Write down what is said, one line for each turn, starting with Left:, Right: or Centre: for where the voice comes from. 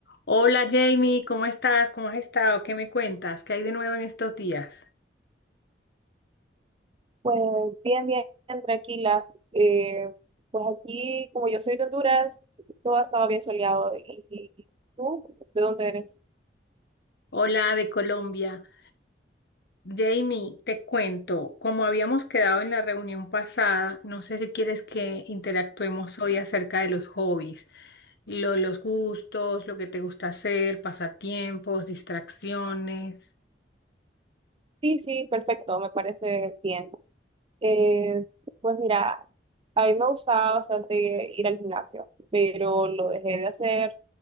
Left: Hola Jamie, ¿cómo estás? ¿Cómo has estado? ¿Qué me cuentas? ¿Qué hay de nuevo en estos días?
Right: Pues bien, bien, tranquila. Eh, pues aquí, como yo soy de Honduras, todo ha estado bien soleado. ¿Y, y tú? ¿De dónde eres?
Left: Hola de Colombia. Jamie, te cuento, como habíamos quedado en la reunión pasada, no sé si quieres que interactuemos hoy acerca de los hobbies, lo- los gustos, lo que te gusta hacer, pasatiempos, distracciones.
Right: Sí, sí, perfecto, me parece bien. Eh, pues mira, a mí me gustaba bastante ir al gimnasio, pero lo dejé de hacer